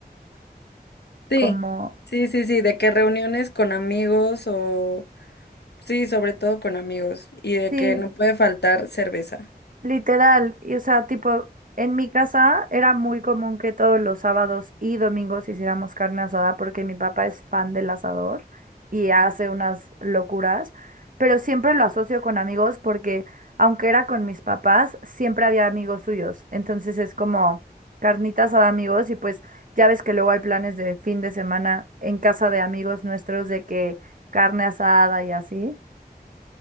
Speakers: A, on the left; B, on the right.
A: Sí,
B: Como,
A: sí, sí, sí, de que reuniones con amigos o, sí, sobre todo con amigos, y de
B: sí,
A: que no puede faltar cerveza.
B: Literal, y o sea, tipo, en mi casa era muy común que todos los sábados y domingos hiciéramos carne asada porque mi papá es fan del asador y hace unas locuras, pero siempre lo asocio con amigos porque aunque era con mis papás, siempre había amigos suyos. Entonces es como carnita asada amigos y pues ya ves que luego hay planes de fin de semana en casa de amigos nuestros de que carne asada y así.